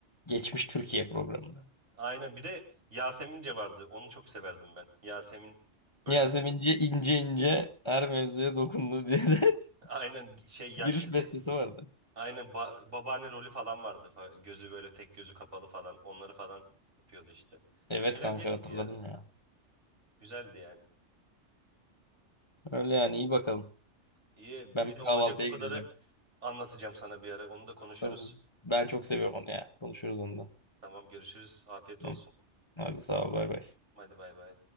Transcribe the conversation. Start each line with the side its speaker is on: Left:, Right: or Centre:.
Left: Geçmiş Türkiye programında.
Right: Aynen bir de Yasemince vardı. Onu çok severdim ben. Yasemin böyle
Left: Yasemince ince ince her mevzuya dokundu diye de. <laughs>
Right: <laughs> aynen şey yaşlı
Left: Giriş
Right: te-
Left: bestesi vardı.
Right: aynen ba- babaanne rolü falan vardı. Fa- Gözü böyle tek gözü kapalı falan. Onları falan yapıyordu işte.
Left: Evet
Right: Eğlenceliydi
Left: kanka hatırladım
Right: ya.
Left: ya.
Right: Güzeldi yani.
Left: Öyle yani iyi bakalım.
Right: İyi
Left: Ben
Right: bir de
Left: bir
Right: olacak
Left: kahvaltıya
Right: o kadarı
Left: gideceğim.
Right: anlatacağım sana bir ara. Onu da konuşuruz.
Left: Tamam. Ben çok seviyorum onu ya. Konuşuruz onunla.
Right: Tamam görüşürüz. Afiyet olsun.
Left: Hı. Hadi sağ ol bay bay.
Right: Hadi bay bay.